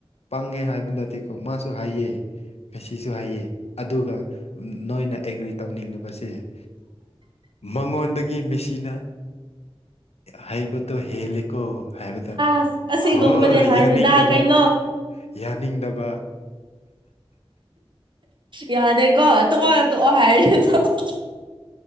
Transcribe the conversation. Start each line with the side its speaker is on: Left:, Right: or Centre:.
Left: ꯄꯪꯉꯦ ꯍꯥꯏꯕ ꯅꯠꯇꯦꯀꯣ ꯃꯥꯁꯨ ꯍꯥꯏꯌꯦ ꯃꯁꯤꯁꯨ ꯍꯥꯏꯌꯦ ꯑꯗꯨꯒ ꯅꯣꯏꯅ ꯑꯦꯒ꯭ꯔꯤ ꯇꯧꯅꯤꯡꯂꯤꯕꯁꯦ ꯃꯉꯣꯟꯗꯒꯤ ꯃꯦꯁꯤꯅ ꯍꯩꯕꯗꯣ ꯍꯦꯜꯂꯦꯀꯣ ꯍꯥꯏꯕꯗ
Right: ꯑꯁ ꯑꯁꯤꯒꯨꯝꯕꯗꯤ
Left: ꯍꯣꯏ
Right: ꯍꯥꯏꯅꯨꯗ
Left: ꯌꯥꯅꯤꯡꯗꯕ
Right: ꯀꯩꯅꯣ
Left: ꯌꯥꯅꯤꯡꯗꯕ
Right: ꯌꯥꯔꯦꯀꯣ ꯇꯣꯛꯑꯣ ꯇꯣꯛꯑꯣ ꯍꯥꯏꯔꯦ ꯇꯣꯛꯑꯣ